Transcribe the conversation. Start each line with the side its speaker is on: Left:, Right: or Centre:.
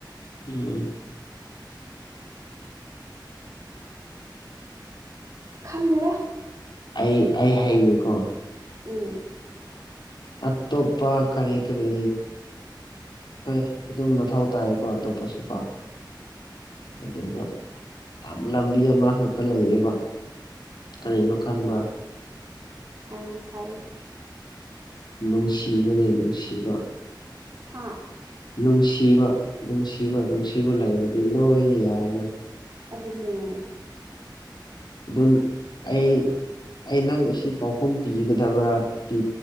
Left: ꯎꯝ꯫
Right: ꯈꯟꯗꯦꯗ꯫
Left: ꯑꯩ ꯑꯩ ꯍꯩꯔꯦꯀꯣ꯫
Right: ꯎꯝ꯫
Left: ꯑꯠꯇꯣꯞꯄ ꯀꯔꯤ ꯀꯔꯤ ꯍꯣꯏ ꯑꯗꯨꯝ ꯃꯊꯧ ꯇꯥꯏꯀꯣ ꯑꯇꯣꯞꯄꯁꯨꯀꯣ꯫ ꯑꯗꯨꯒ ꯑꯥꯝ ꯂꯝꯕꯤ ꯑꯃꯥ ꯈꯛꯇ ꯂꯩꯌꯦꯕ꯫ ꯀꯔꯤꯅꯣ ꯈꯪꯕ꯭ꯔꯥ꯫
Right: ꯍꯥꯏ ꯍꯥꯏꯌꯣ
Left: ꯅꯨꯡꯁꯤꯕꯅꯦ ꯅꯨꯡꯁꯤꯕ꯫
Right: ꯍꯥꯥ꯫
Left: ꯅꯨꯡꯁꯤꯕ ꯅꯨꯡꯁꯤꯕ ꯅꯨꯡꯁꯤꯕ ꯂꯩꯔꯗꯤ ꯂꯣꯏꯅ ꯌꯥꯏꯅ꯫
Right: ꯑꯗꯨꯅꯦ꯫
Left: ꯑꯗꯨꯝ ꯑꯩ ꯑꯩ ꯅꯪ ꯑꯁꯤ ꯄꯥꯎꯈꯨꯝ ꯄꯤꯒꯗꯕ꯭ꯔꯥ ꯄꯤ